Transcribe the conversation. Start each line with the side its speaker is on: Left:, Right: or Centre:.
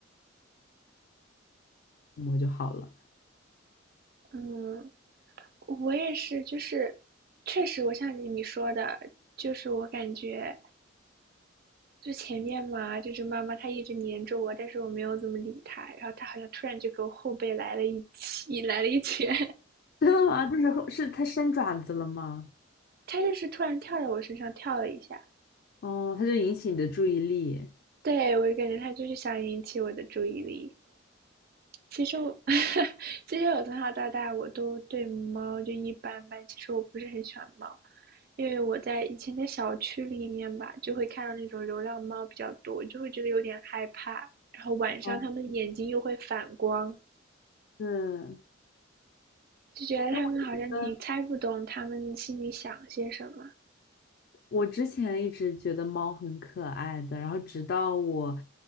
Left: 我就好了。
Right: 嗯，我也是，就是确实，我像你你说的，就是我感觉就前面嘛，就是妈妈她一直黏着我，但是我没有怎么理她，然后她好像突然就给我后背来了一起，<laughs> 来了一拳。
Left: <laughs> 真的吗？就是是它伸爪子了吗？
Right: 它就是突然跳在我身上跳了一下，
Left: 哦，它就引起你的注意力。
Right: 对我就感觉它就是想引起我的注意力。其实我，<laughs> 其实我从小到大我都对猫就一般般。其实我不是很喜欢猫，因为我在以前在小区里面吧，就会看到那种流浪猫比较多，就会觉得有点害怕。然后晚上它们的眼睛又会反光，
Left: 哦，是。
Right: 就觉得它们好像你猜不懂它们心里想些什么。
Left: 哎，我觉得。我之前一直觉得猫很可爱的，然后直到我